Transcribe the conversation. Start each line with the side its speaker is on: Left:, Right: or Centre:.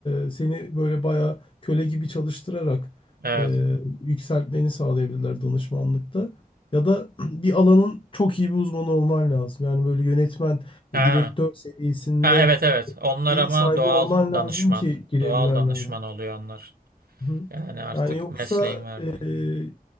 Left: e, seni böyle bayağı köle gibi çalıştırarak
Right: Evet.
Left: e, yükseltmeni sağlayabilirler danışmanlıkta. Ya da <clears throat> bir alanın çok iyi bir uzmanı olman lazım. Yani böyle yönetmen,
Right: Ha.
Left: e, direktör seviyesinde
Right: Ha evet evet. Onlar
Left: bilgi
Right: ama
Left: sahibi
Right: doğal
Left: olman lazım
Right: danışman.
Left: ki girebilen
Right: Doğal danışman
Left: lazım.
Right: oluyor onlar.
Left: Hı.
Right: Yani artık
Left: Yani yoksa
Right: mesleğin verdiği.
Left: e,